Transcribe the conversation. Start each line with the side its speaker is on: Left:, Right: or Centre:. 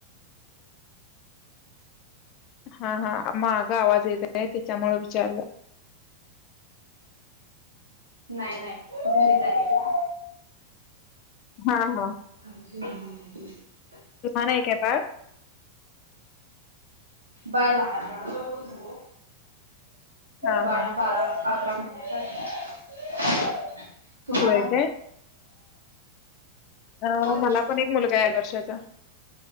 Left: हा हा. माग आवाज येतय त्याच्यामुळ विचारलं.
Right: नाही नाही घरीच आहे.
Left: हा हा.
Right: ह
Left: तुम्हाला हाय का बाळ?
Right: बाळ लहान हाय.
Left: हा
Right: बाळा
Left: हा.
Right: बारा, अकरा -- म्हणज्या <inaudible> तुम्हाला?
Left: होय काय? अ
Right: होय
Left: मला पण एक मुलगा आहे आठ वर्षाच -- जा.